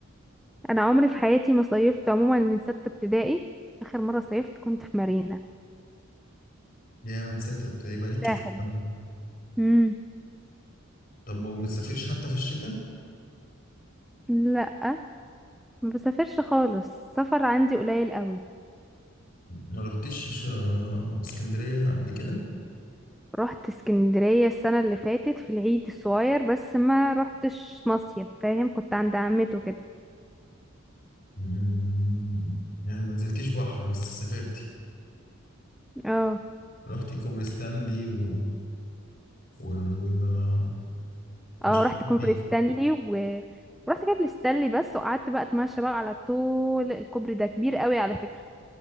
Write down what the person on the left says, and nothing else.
يا من ستة بتبقى ليك كتير
قوي
طب ما بتسافريش حتى في الشتاء
ما رحتش آه، اسكندرية قبل كده
مم، يعني ما نزلتيش بحر بس سافرتي
رحتي كوبري ستانلي و... وال وش
دي